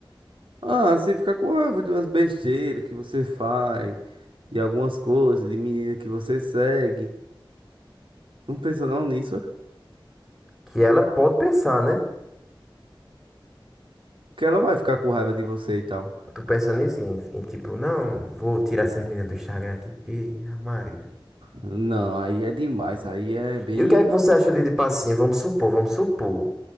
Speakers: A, on the right; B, in the centre.
A: Ah, você fica com raiva de umas besteiras que você faz, de algumas coisas, de menina que você segue. Não pensa não nisso,
B: Que ela pode pensar, né?
A: que ela vai ficar com raiva de você e tal.
B: Tu pensa nisso, em, em tipo, não, vou tirar essas meninas do Instagram aqui, que a Maria.
A: Não, aí é demais, aí é bem...
B: E o que é que você acha de, tipo assim, vamos supor, vamos supor,